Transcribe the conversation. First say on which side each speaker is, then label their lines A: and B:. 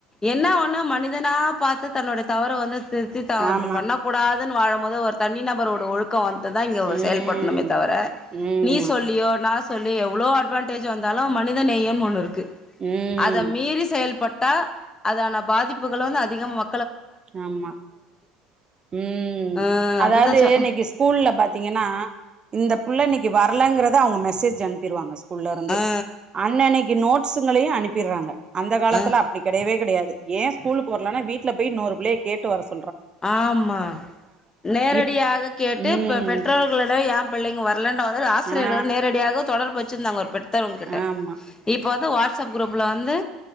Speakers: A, on the left (about 25°); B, on the right (about 30°).
A: என்ன ஒண்ணு மனிதனா பாத்து தன்னோட தவற வந்து திருத்தி தா
B: ஆமா
A: இப்டி பண்ண கூடாது <unintelligible> வாழும்போது ஒரு தனி நபரோட ஒழுக்கொ வந்து துதா இங்க ஒரு
B: ம்
A: செயல்பட்ணமே தவிர
B: ம்
A: நீ
B: ஆமா
A: சொல்லியோ நா சொ சொல்லி எவ்ளோ ஆ அட்வான்டேஜ் வந்தாலு மனிதநேயம்னு ஒன்னு இருக்கு
B: ம்
A: அத மீறி செயல்பட் ட்டா அதான பாதிப்புகளு வந்து அதிக ம
B: ஆமா, ம்,
A: ஆ
B: அதாவது
A: அதுதா சொ
B: இன்னைக்கி ஸ்கூல்ல பாத்தீங்கன்னா இந்த புள்ள இன்னைக்கி வரலங்கறத அவங்க மெசேஜ் அனுப்பிடுவாங்க ஸ்கூல்ல இருந்து
A: ஆ
B: அன்னன்னிக்கி நோட் ஸ்ங்களையு அனுப்பிட்றாங்க அந்த காலத்துல
A: ஆ
B: அப்டி கடையவே கடையாது ஏ ஸ்கூல்க்கு வரலன்னா வீட்ல போய் இன்னொரு புள்ளைய கேட்டு வர சொ
A: ஆம்மா நேரடியாக
B: இப்
A: கேட்டு
B: ம்
A: பெ பெற்றோர்களிடம் ஏ பிள்ளைங்க வரலன் அவர்கள் ஆசிரியர்கள்
B: ஆ
A: நேரடியாக தொடர்பற் பெற்றிருந்தாங்க ஒரு பெட் பெத்தவங்க கிட்ட இப்
B: ஆமா
A: இப்போ வந்து வாட்ஸ்அப் குரூப்ல வந்து